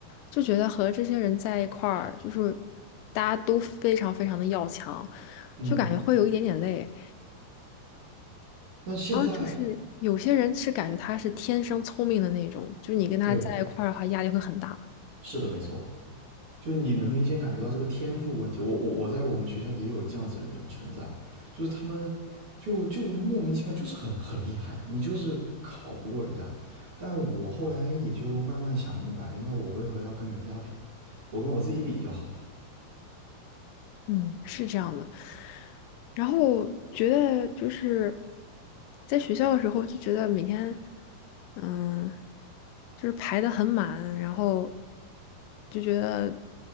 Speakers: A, on the left (about 85°); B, on the right (about 35°).
A: 就觉得和这些人在一块儿，就是大家都非常非常的要强，
B: 嗯，
A: 就感觉会有一点点累。
B: 那现在，
A: 然后就是有些人是感觉他是天生聪明的那种，就是你跟他在一块儿的话，
B: 对，
A: 压力会很大。
B: 是的，没错，就是你能明显感觉到这个天赋问题。我我我在我们学校也有这样子的人存在，就是他们就就莫名其妙就是很很厉害，你就是考不过人家。但我后来也就慢慢想明白，那我为何要跟人家比呢？我跟我自己比就好了，
A: 嗯，是这样的。然后觉得就是在学校的时候就觉得每天，嗯，就是排的很满，然后就觉得